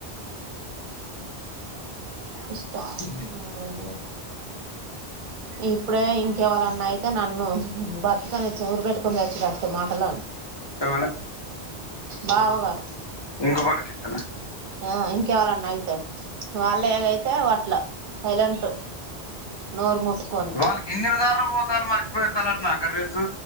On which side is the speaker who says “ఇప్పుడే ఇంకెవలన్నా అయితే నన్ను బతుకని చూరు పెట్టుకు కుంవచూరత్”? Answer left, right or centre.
Right